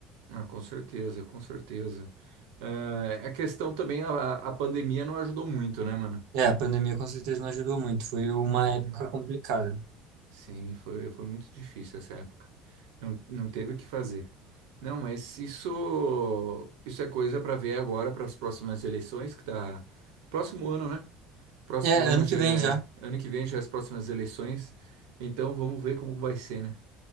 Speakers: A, on the right; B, on the right.
A: Ah, com certeza, com certeza. É, a questão também, a, a pandemia não ajudou muito, né, mano?
B: É, a pandemia com certeza não ajudou muito, foi uma
A: Uhum.
B: época complicada.
A: Sim, foi, foi muito difícil essa época. Não, não teve o que fazer. Não, mas isso, isso é coisa para ver agora para as próximas eleições, que tá próximo ano, né? Próximo
B: É,
A: ano
B: ano
A: já
B: que vem
A: é,
B: já.
A: ano que vem já é as próximas eleições. Então vamos ver como vai ser, né?